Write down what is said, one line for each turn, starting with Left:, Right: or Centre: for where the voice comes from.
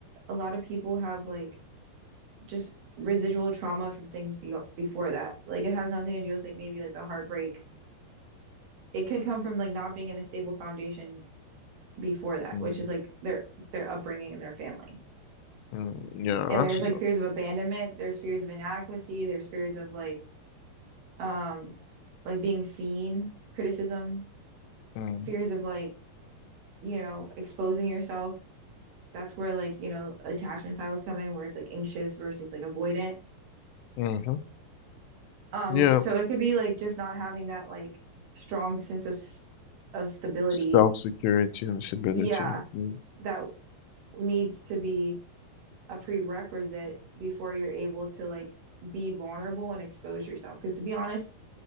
Right: a lot of people have like just residual trauma from things be before that. Like it has nothing to do with like maybe like the heartbreak. It could come from like not being in a stable foundation before that,
Left: Mm,
Right: which is like their their upbringing and their family.
Left: mm, yeah,
Right: And
Left: that's
Right: there's like fears of abandonment, there's fears of inadequacy, there's fears of like um like being seen, criticism,
Left: mm,
Right: fears of like, you know, exposing yourself. That's where like, you know, attachment styles come in where it's like anxious versus like avoidant
Left: hmm
Right: Um,
Left: Yeah,
Right: so it could be like just not having that like strong sense of s- of stability.
Left: self-security and stability.
Right: Yeah,
Left: Mm,
Right: that needs to be a prerequisite before you're able to like be vulnerable and expose yourself. Because to be honest,